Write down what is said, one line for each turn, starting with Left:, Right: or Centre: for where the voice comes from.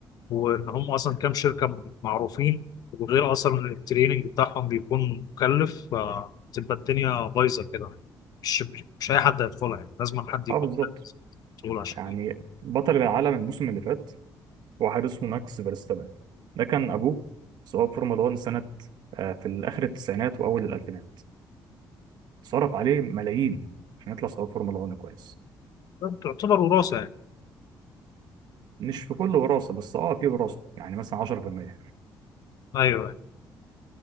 Left: وان هم اصلا كام شركه معروفين وغير اصلا التريننج بتاعهم بيكون مكلف فتبقى الدنيا بايظه كده مش مش اي حد هيدخلها يعني لازم حد يكون
Right: اه بالظبط
Left: مسؤول عشان
Right: يعني بطل العالم الموسم اللي فات هو حارس اسمه ماكس فيرستابن ده كان ابوه سواق فورمولا 1 سنه آه، في الاخر التسعينات واول الالفينات صرف عليه ملايين عشان يطلع سواق فورمولا 1 كويس
Left: كده تعتبر وراثه يعني
Right: مش في كل وراثه بس اه في وراثه يعني مثلا 10%
Left: ايوه أيوة.